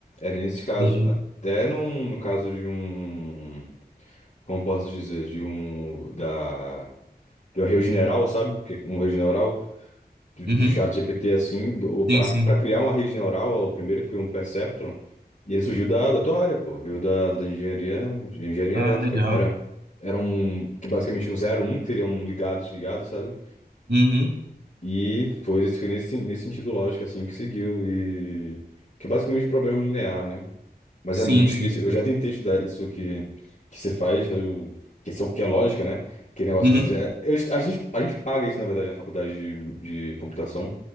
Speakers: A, on the left; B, on the right.
A: era nesse caso.
B: Sim,
A: Até num, no caso de um, como posso dizer, de um, da, de um arreio general, sabe? Que é Um arreio general do,
B: uhum.
A: do ChatGPT assim, do- pra
B: Sim, sim.
A: para criar uma rede neural, o primeiro que foi um Perceptron, e ele surgiu da, da tua área, pô, veio da, da engenharia, de engenharia
B: Ah,
A: elétrica.
B: legal.
A: Era era um que basicamente um zero um que seria um ligado, desligado, sabe?
B: Uhum.
A: E foi esse foi nesse nesse sentido lógico assim que seguiu e que é basicamente problema linear, né? Mas
B: Sim,
A: é muito difícil.
B: sim.
A: Eu já tentei estudar isso que que você faz, eu- que são que é lógica, né? Que negócio
B: Uhum.
A: de dizer, eu- a gente a gente paga isso na verdade na faculdade de de computação